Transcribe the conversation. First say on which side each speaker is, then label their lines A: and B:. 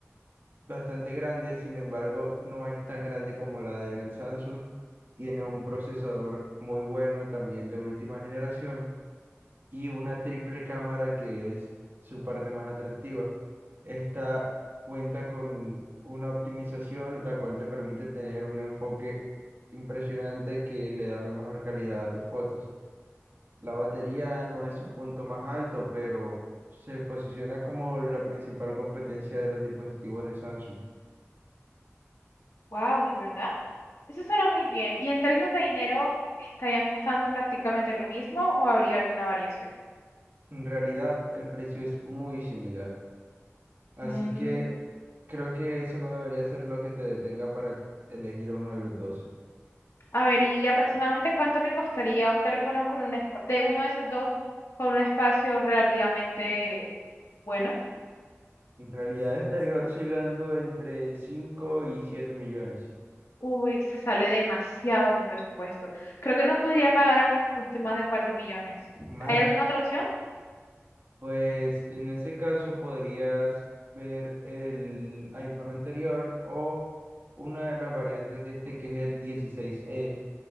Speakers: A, on the right (about 50°); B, on the left (about 75°).
A: bastante grande, sin embargo, no es tan grande como la del Samsung. Tiene un procesador muy bueno, también de última generación, y una triple cámara que es su parte más atractiva. Esta cuenta con una optimización, la cual te permite tener un enfoque impresionante que le da una mejor calidad a tus fotos. La batería no es su punto más alto, pero se posiciona como la principal competencia de los dispositivos de Samsung.
B: Wow, ¿de verdad? Eso suena muy bien. ¿Y en términos de dinero, estarían costando prácticamente lo mismo o habría alguna variación?
A: En realidad, el precio es muy similar, así
B: Mm,
A: que creo que eso no debería ser lo que te detenga para elegir a uno de los dos.
B: A ver, ¿y aproximadamente cuánto me costaría un teléfono con un espa- de uno de esos dos con un espacio relativamente bueno?
A: En realidad estaría oscilando entre 5 y 7 millones.
B: Uy, se sale demasiado de mi presupuesto. Creo que no podría pagar algo que cueste más de 4 millones.
A: Más
B: ¿Hay alguna otra opción?
A: Pues en ese caso podrías ver el iPhone anterior o una de las variantes de este que es el 16E.